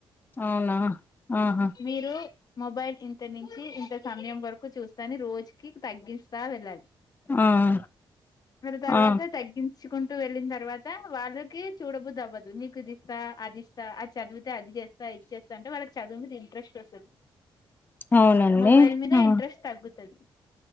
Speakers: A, on the left; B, on the left.
A: అవునా ఆహా
B: మీరు మొబైల్ ఇంత నుంచి ఇంత సమయం వరకు చూస్తాని రోజుకి తగ్గిస్తా వెళ్ళాలి
A: ఆ
B: మరి తర్వాత
A: ఆ
B: తగ్గించ్ తెచ్చుకుంటూ వెళ్ళిన తర్వాత వాళ్ళకి చూడబుద్దవ్ అవ్వదు నీకు ఇది ఇస్తా అది ఇస్తా అది చదివితే అది చేస్తా ఇదిచేస్తా అంటే వాళ్ళక చదువు మీద ఇంట్రెస్ట్ వస్తది
A: అవునండి
B: మొబైల్ మీద
A: ఆ
B: ఇంట్రెస్ట్ తగ్గుతది